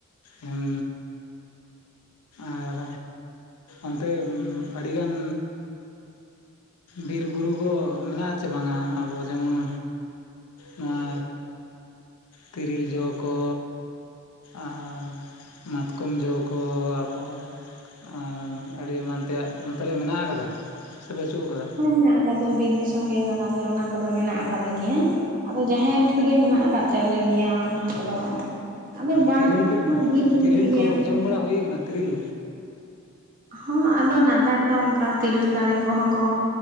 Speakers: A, on the left; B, on the right.
A: ᱮᱢ ᱟᱨ ᱚᱱᱛᱮᱢ ᱟᱰᱤᱜᱟᱱ ᱵᱤᱨ ᱵᱩᱨᱩ ᱠᱚ ᱢᱮᱱᱟᱜᱼᱟᱪᱮ ᱵᱟᱝᱟ ᱟᱵᱚ ᱡᱮᱢᱚᱱ ᱱᱚᱣᱟ ᱛᱤᱨᱤᱞ ᱡᱚ ᱠᱚ ᱟᱨ ᱢᱟᱛᱠᱚᱢ ᱡᱚ ᱠᱚ ᱟᱵᱚ ᱟ ᱟᱹᱰᱤ ᱮᱢᱟᱱ ᱛᱮᱭᱟᱜ ᱚᱱᱛᱮ ᱨᱮ ᱢᱮᱱᱟᱜ ᱟ ᱠᱟᱫᱟ ᱥᱮ ᱵᱟᱹᱪᱩᱜ ᱠᱟᱫᱟ?
B: ᱦᱮᱸᱱᱟᱜ ᱠᱟᱫᱟ ᱵᱤᱨ ᱫᱤᱥᱚᱢ ᱜᱮ ᱠᱟᱱᱟᱞᱮ ᱚᱱᱟ ᱠᱚᱫᱚ ᱢᱮᱱᱟᱜ ᱠᱟᱫ ᱜᱮᱭᱟ, ᱟᱫᱚ ᱡᱟᱸᱦᱮᱴ ᱨᱮᱜᱮ ᱢᱮᱱᱟᱜ ᱠᱟᱫ ᱛᱟᱞᱮ ᱜᱮᱭᱟ ᱚᱱᱟ ᱠᱚᱫᱚ᱾ ᱟᱫᱚ ᱵᱟᱝ
A: ᱛᱤᱨᱤᱞ ᱵᱤᱞ
B: ᱦᱚᱸ ᱵᱤᱨ ᱨᱮ ᱢᱮᱱᱟᱜ
A: ᱛᱤᱨᱤᱞ
B: ᱜᱮᱭᱟ᱾
A: ᱠᱚ ᱡᱚᱢ ᱵᱟᱲᱟ ᱦᱩᱭ ᱠᱟᱱᱟ ᱛᱤᱨᱤᱞ?
B: ᱦᱚᱸ ᱟᱫᱚ ᱱᱟᱛᱟᱨ ᱫᱚ ᱚᱝᱠᱟ ᱛᱮᱤᱨᱞ ᱫᱟᱨᱮ ᱠᱚᱦᱚᱸ ᱠᱚ